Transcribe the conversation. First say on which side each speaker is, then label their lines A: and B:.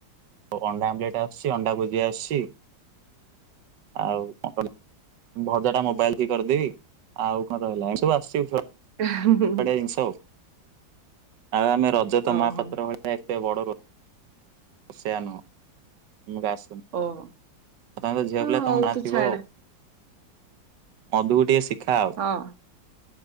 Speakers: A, on the right (about 70°); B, on the right (about 45°).
A: ଆଉ ଅଣ୍ଡା ଆମ୍ଲେଟ୍ ଆସୁଛି ଅଣ୍ଡା ଭୁଜିଆ ଆସୁଛି। ଆଉ କଣ କହିଲ ଭଜା ଟା ମୋବାଇଲି ଦେଖି କରିଦେବି ଆଉ କଣ ରହିଲା ହେଟୁ ଆସିଚି ସ
B: ହା ହୁଁ ହୁଁ।
A: ଗୋଟେ ଜିନିଷ ଆଉ ଆମେ ରଜ ତ
B: ଓହୋ
A: ମହାପାତ୍ର ଭଳିଆ ଏତେ ବଡ ର ସେଆ ନୁହଁ ମୁ ବାସନ
B: ଓହୋ
A: ତାଙ୍କ ଝିଅ
B: ହଁ,
A: ପିଲା
B: ହଉ
A: ତମ ଘାଣ୍ଟିବ
B: ତୁ ଛାଡ
A: ଆଉ। ଅଧୁକୁ ଟିକେ ଶିଖାଅ
B: ହଁ